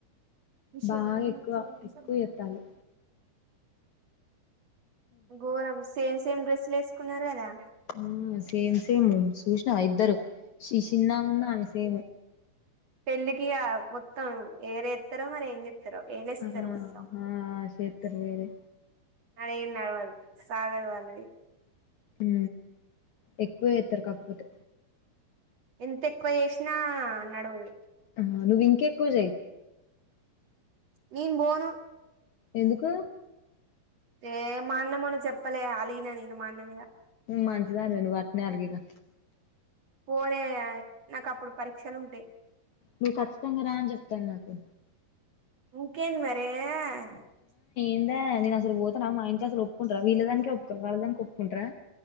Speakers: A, on the right (about 50°); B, on the left (about 65°).
A: మీషరిలా
B: బాగా ఎక్కువ
A: మ స <unintelligible>
B: ఎక్కువ చేత్తాళ్ళు
A: గోరంస్ సేమ్ సేమ్ డ్రెస్లు వేసుకున్నారు కాధా
B: ఉమ్ ఆ సేమ్ సేమ్ చూసినావా ఇద్దరు శిషినన్న అంతేను
A: పెళ్ళికిగా మొత్తం ఏరేస్తారో మరి ఏం చె ఎళస్తరు
B: ఆ
A: ఉసం
B: ఆ చేత్తరు వేరే
A: న అరె నడవాలి సాగ ఇవ్వాలది
B: ఊ ఎక్కువే ఎత్తారు కాకపోతే
A: ఎంత ఎక్కువ చేసినా అ నడవుడి
B: ఆ ను ఎక్కుకెక్కుజయి
A: నేన్ పోను
B: ఎందుకు
A: ఏ మా అన్న మొన్న చెప్పలే అలీగిన నేను మా అన్న మీద
B: మంచిదన మే అట్ట నే అల్గిగా
A: పోనే నాకు అప్పుడు పరీక్షలు ఉంటాయి.
B: మీకు ఖచ్చితంగా రా అని చెప్ తె నాకు
A: ఇంకేంది మరే అ <unintelligible>
B: ఎందా నే అసలు పోతనా మా ఇంట్లో అసలు ఒప్పుకుంట్రా వీళ్ళ దాక ఒప్పుకు వాళ్ళ దానికి ఒప్పుకుంట్రా.